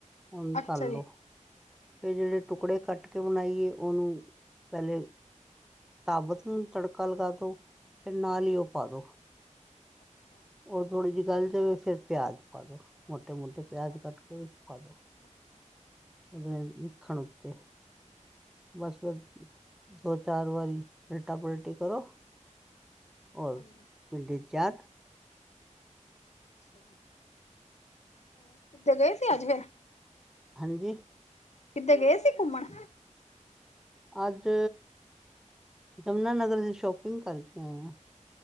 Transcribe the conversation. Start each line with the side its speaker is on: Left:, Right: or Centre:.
Centre: ਉਨੂ
Left: ਅੱਛਾ
Centre: ਤਲ
Left: ਜੀ
Centre: ਲੋ ਫਿਰ ਜਿਹੜੇ
Left: ਅੱਛਾ
Centre: ਟੁਕੜੇ
Left: ਜੀ
Centre: ਕੱਟ ਕੀ ਬਣਾਈਏ ਉਹਨੂੰ, ਪਹਿਲੇ ਸਾਬਤ ਨੂੰ ਤੜਕਾ ਲਗਾ ਦੋ ਫਿਰ ਨਾਲ
Left: ਹਮ
Centre: ਹੀ ਉਹ ਪਾ ਦੋ
Left: ਅੱਛਾ
Centre: ਉਹ ਥੋੜ੍ਹੀ ਜਿਹੀ ਗੱਲ ਜਾਵੇ ਫਿਰ ਪਿਆਜ ਪਾ ਦੋ, ਮੋਟੇ- ਮੋਟੇ ਪਿਆਜ
Left: ਅੱਛਾ
Centre: ਕੱਟ ਕੇ ਵਿਚ ਪਾਦੋ
Left: ਅੱਛਾ <inaudible>
Centre: ਉਹਦੇ ਵਿਚ ਮਖਣ ਉੱਤੇ। ਬਸ ਫਿਰ ਦੋ ਚਾਰ ਵਾਰੀ, ੳਲਟਾ-ਪਲਟੀ ਕਰੋ ਹੋਰ,
Left: ਹਾਂਜੀ
Centre: ਪਿੰਡੀ ਤਿਆਰ
Left: <unintelligible> ਹੋਰ ਕਿਧੇ ਗਏ ਸੀ ਅਜ ਫਿਰ-
Centre: ਹਾਂਜੀ।
Left: ਕਿਦੇ ਗਏ ਸੀ ਘੁੰਮਣ
Centre: ਅਜ ਯਮੁਨਾਨਗਰ ਦੀ ਸ਼ੋਪਿੰਗ ਕਰਕੇ ਆਏਆਂ।